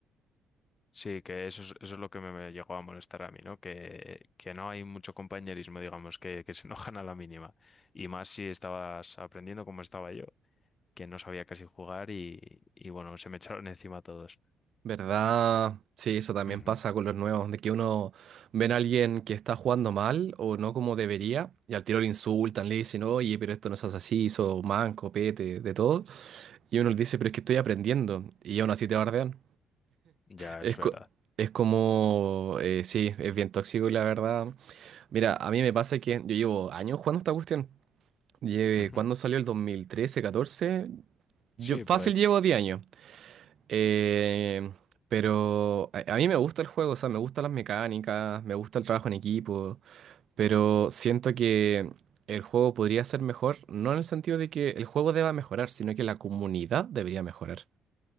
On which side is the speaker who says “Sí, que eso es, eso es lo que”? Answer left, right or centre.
Left